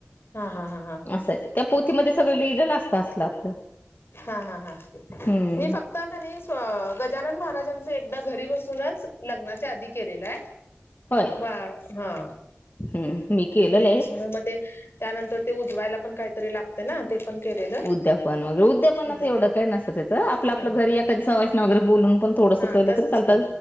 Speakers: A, on the left (about 75°); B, on the left (about 50°).
A: हा हा हा हा
B: असंय त्या पोथीमध्ये सगळं लिहिलं असत असलं आपलं
A: हा हा हा
B: हम्म
A: मी फक्त त्यांनी गजानन महाराज घरी बसूनच लग्ना आधी केलेलं आहे
B: होय
A: वा हा
B: हम्म मी केलेलं
A: घरी
B: आहे
A: बसून मग ते त्यानंतर ते वायला पण काहीतरी लागते ना ते पण केलेलं
B: उद्यापन वगैरे उद्यापनाच
A: उद्यापन
B: एवढं काही नसत त्याचं आपलं आपलं
A: हा
B: घरी या कधी सवाशणी वगैरे बोलून पण थोडस
A: हा
B: कलं
A: तसच
B: तर चालत
A: की